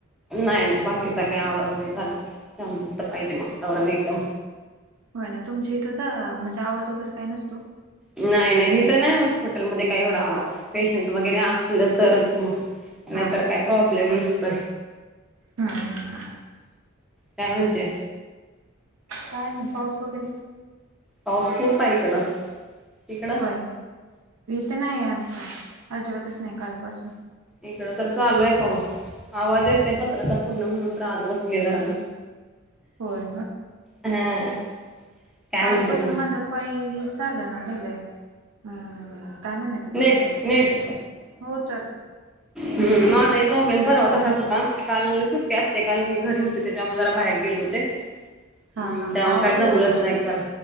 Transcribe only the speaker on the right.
होय ना तुमच्या इथंचा म्हणजे आवाज वगैरे काय नसतो
हा हा
हा हा
काय पाऊस वगैरे
हो भीथ नाही आता अजिबातच नाही कालपासून
होय
कालपास
ना माझं उ काय हे चाल ना झालंय हम् काय म्हणायचं त्याला
हो तर
हा
हा
आवाज
येतोय बॅगचा